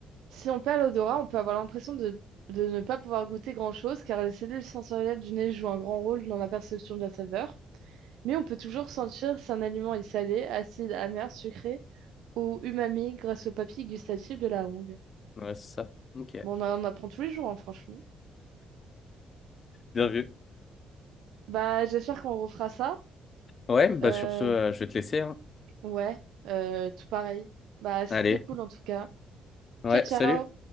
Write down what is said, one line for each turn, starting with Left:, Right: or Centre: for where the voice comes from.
Right: Si on perd l'odorat, on peut avoir l'impression de, de ne pas pouvoir goûter grand-chose car les cellules sensorielles du nez jouent un grand rôle dans la perception de la saveur. Mais on peut toujours sentir si un aliment est salé, acide, amer, sucré ou umami grâce aux papilles gustatives de la langue.
Left: Ouais, c'est ça. Ok.
Right: Bon,
Left: <laughs>
Right: on en apprend tous les jours, hein, franchement.
Left: Bien vu.
Right: Bah, j'espère qu'on refera ça.
Left: Ouais, bah
Right: Euh,
Left: sur ce, euh, je vais te laisser, hein.
Right: ouais, euh, tout pareil. Bah, c'était
Left: Allez.
Right: cool en tout cas.
Left: Ouais,
Right: Ciao, ciao!
Left: salut.